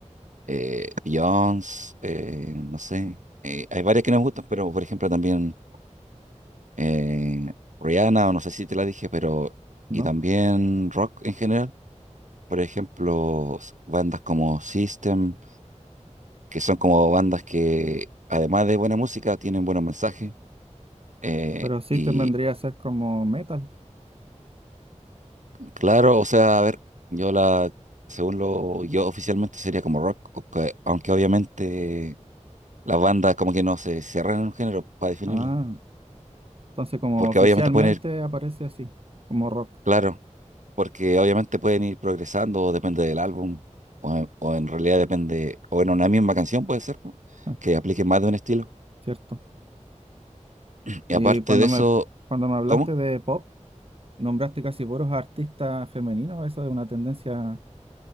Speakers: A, on the right; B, on the right.
A: eh, Beyoncé, eh, no sé. Eh, hay varias que nos gustan, pero por ejemplo también eh, Rihanna, o no sé si te la dije, pero.
B: ¿No?
A: Y también rock en general. Por ejemplo, s- bandas como System, que son como bandas que, además de buena música, tienen buenos mensajes. Eh,
B: Pero System
A: y
B: vendría a ser como metal.
A: claro, o sea, a ver, yo la. Según lo yo oficialmente sería como rock, o que- aunque obviamente las bandas como que no se cierran en un género para definirla
B: Ah, entonces como
A: porque
B: oficialmente
A: obviamente pueden ir
B: aparece así, como rock.
A: Claro, porque obviamente pueden ir progresando, depende del álbum, o en, o en realidad depende, o en una misma canción puede ser, po,
B: Ah,
A: que aplique más de un estilo.
B: cierto.
A: Y
B: Y
A: aparte
B: cuando
A: de eso,
B: me, cuando me hablaste
A: ¿cómo?
B: de pop, nombraste casi puros artistas femeninos. ¿Eso es una tendencia